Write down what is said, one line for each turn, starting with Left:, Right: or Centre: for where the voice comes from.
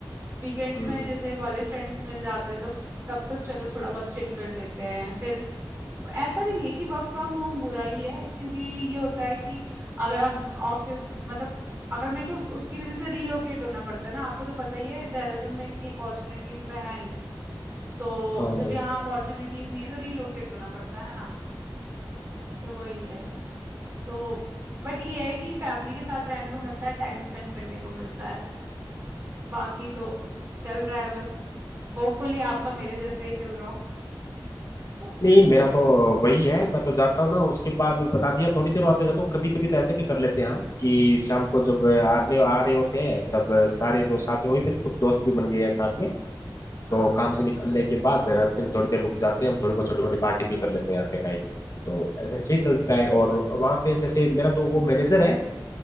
Right: वीकेंड्स
Left: हम्म
Right: में जैसे कॉलेज फ्रेंड्स मिल जाते हैं तो तब तो चलो थोड़ा बहुत चिल कर लेते हैं फिर ऐसा भी नहीं है कि वर्क फ्रॉम होम बुरा ही है क्योंकि ये होता है कि अगर आप ऑफिस मतलब अगर मेरे को उसकी वजह से रीलोकेट होना पड़ता है ना आपको तो पता ही है देहरादून में इतनी अपॉर्चुनिटीज तो है नहीं तो
Left: हाँ।
Right: जब यहाँ अपॉर्चुनिटीज नहीं है तो रीलोकेट होना पड़ता है ना तो वही है तो बट ये है कि फैमिली के साथ रहने को मिलता है टाइम स्पेंड करने को मिलता है बाकी तो चल रहा है बस होपफुली आपका मेरे जैसा ही चल रहा हो <laughs>
Left: नहीं मेरा तो वही है मैं तो जाता हूँ ना उसके बाद बता दिया थोड़ी देर वहां पे जाता हूँ कभी कभी तो ऐसे भी कर लेते हैं हम कि शाम को जब आने आ रहे होते हैं तब सारे जो साथ में वहीं पे तो कुछ दोस्त भी बन गए हैं साथ में
Right: हाँ
Left: तो काम से निकलने के बाद रास्ते में थोड़ी देर रुक जाते हैं हम थोड़ी बहुत छोटी मोटी पार्टी भी कर लेते हैं आते टाइम तो ऐसे सही चलता है और वहां पे जैसे मेरा जो वो मैनेजर है